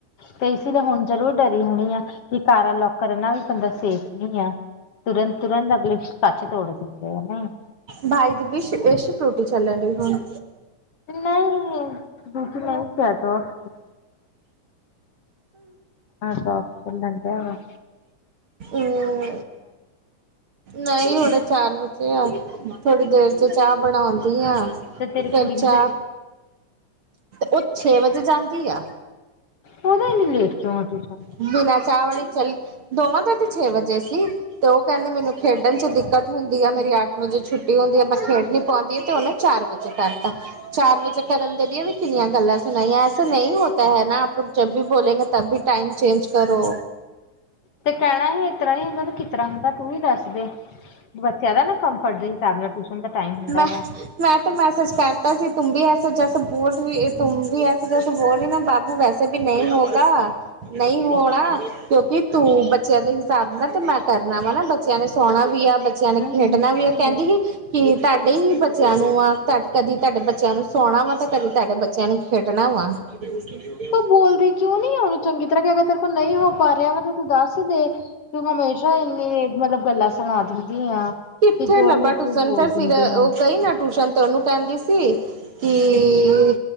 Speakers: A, on the left; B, on the right.
A: ਤੇ ਇਸ ਲਈ ਹੁਣ ਜ਼ਰੂਰ ਡਰੀ ਹੋਣੀ ਆ ਕਿ ਕਾਰਾ ਲੌਕ ਕਰਨ ਨਾਲ ਬੰਦਾ ਸੇਫ ਨੀ ਆ ਤੁਰੰਤ- ਤੁਰੰਤ ਅਗਲੇ ਕੱਚ ਤੋੜ ਦਿੰਦੇ ਆ ਨਾ।
B: ਬਾਏ ਦੀ ਵਿਸ਼ ਐ ਸਕੂਟੀ ਚੱਲਣ ਡਹੀ ਆ ਹੁਣ।
A: ਨਹੀਂ-ਨਹੀਂ ਰੂਟੀ ਤੋਂ ਵ <unintelligible> ਵ <unintelligible> ਵਨ ਜਾਏਗਾ
B: ਓਹ ਨਹੀ ਹੁਣੇ ਚਾਰ ਵੱਜੇ ਆ, ਥੋੜੀ ਦੇਰ ਚ ਚਾਹ ਬਣਾਉਂਦੀ ਆ।
A: ਤੇ ਤੇਰੀ ਕੁੜੀ
B: ਫੇਰ ਚਾਹ,
A: ਨੂੰ ਤੇ
B: ਓ ਛੇ ਵਜੇ ਜਾਂਦੀ ਆ।
A: ਉਹਦੀ ਐਨੀ ਲੇਟ ਕਿਉਂ ਹੈ ਟਿਊਸ਼ਨ।
B: ਬਿਨਾਂ ਚਾਹ ਵਾਲੀ ਚਲ ਦੋਵਾਂ ਦਾ ਤੇ ਛੇ ਵਜੇ ਸੀ। ਤੇ ਉਹ ਕਹਿੰਦੀ ਮੈਨੂੰ ਖੇਡਣ ਚ ਢਿੱਕਤ ਹੁੰਦੀ ਆ ਮੇਰੀ ਅੱਠ ਵਜੇ ਛੁੱਟੀ ਹੁੰਦੀ ਆ ਬੱਸ ਖੇਡ ਨੀ ਪਾਉਂਦੀ ਆ ਤੇ ਹੁੰਨ। ਚਾਰ ਵਜੇ ਕਰਤਾ। ਚਾਰ ਵਜੇ ਕਰਨ ਦੇ ਲਏ ਵੀ ਕਿੰਨੀਆਂ ਗੱਲਾਂ ਸੁਣਾਈਆਂ ਐਸਾ ਨਹੀਂ ਹੋਤਾ ਹੈ ਨਾ ਆਪ ਜੱਬ ਵੀ ਬੋਲੋਗੇ, ਤੱਬ ਵੀ ਟਾਈਮ ਚੇਂਜ ਕਰੋ।
A: ਤੇ ਕਹਿਣਾ ਹੀ ਏਤਰ੍ਹਾ ਨੀ ਹੁੰਦਾ ਤੇ ਕਿਤਰ੍ਹਾ ਹੁੰਦਾ ਤੂੰ ਹੀ ਦੱਸ ਦੇ। ਬੱਚਿਆਂ ਦਾ ਨਾ ਕੰਫਰਟ ਦੇ ਹਿਸਾਬ ਨਾਲ ਟਿਊਸ਼ਨ ਦਾ ਟਾਈਮ ਹੁੰਦਾ
B: ਮੈਂ
A: ਵਾ।
B: ਮੈਂ ਤੇ ਮੈਸੇਜ ਕਰਤਾ ਸੀ, ਤੁਮ ਬੀ ਐਸੇ ਜੈਸੇ ਬੋਲ ਰਹੀ ਤੁਮ ਬੀ ਜੈਸੇ ਬੋਲ ਰਹੀ ਨਾ ਬਾਬੂ ਵੈਸੇ ਕਭੀ ਨਹੀਂ ਹੈਗਾ ਨਹੀਂ ਹੋਣਾ, ਕਿਉਂਕਿ ਤੂੰ ਬੱਚਿਆਂ ਦੇ ਹਿਸਾਬ ਨਾਲ ਤੇ ਮੈਂ ਕਰਨਾ ਵਾ ਨਾ ਬੱਚਿਆਂ ਨੇ ਸੋਣਾ ਵੀ ਆ ਬੱਚਿਆਂ ਨੇ
A: ਹੂੰ
B: ਖੇਡਣਾ ਵੀ
A: ਹੂੰ।
B: ਹੈ ਕਹਿੰਦੀ ਹੀ ਕਿ ਤੁਹਾਡੇ ਹੀ ਬੱਚਿਆਂ ਨੂੰ ਆ ਤੇ ਕਦੀ ਤੁਹਾਡੇ ਬੱਚਿਆਂ ਨੂੰ ਸੌਣਾ ਵਾ ਤੇ ਕਦੀ ਤੁਹਾਡੇ ਬੱਚਿਆਂ ਨੂੰ ਖੇਡਣਾ ਵਾ। ਤੁਹਾਡੇ ਫੇਰ ਉਹ ਸਟੱਡੀ ਹੋ ਗਿਆ ਵੋ।
A: ਬੋਲਦੇ ਕਿਉਂ ਨਹੀਂ ਓਨੂੰ ਚੰਗੀ ਤਰ੍ਹਾਂ ਕਿ ਅਗਰ ਤੇਰੇ ਕੋਲ ਨਹੀਂ ਹੋ ਰਿਆ ਵਾ ਤੇ ਤੂੰ ਦੱਸ ਦੇ, ਤੂੰ ਹਮੇਸ਼ਾ ਇੰਨੀ ਮਤਲਬ ਗੱਲਾਂ ਸੁਣਾ ਦਿੰਦੀ ਆ।
B: ਕਿੱਥੇ
A: ਕਿ ਜੋ
B: ਲੱਭਾ
A: ਨੀ
B: ਟੂਸ਼ਨ,
A: ਤੂੰ ਬੋਲ
B: ਫਿਰ ਸਿਰ
A: ਦਿੰਦੀ ਆ।
B: ਉਹ ਗਈ ਨਾ ਟੂਸ਼ਨ ਤੇ ਓਨੂੰ ਕਹਿੰਦੀ ਸੀ ਕੀ,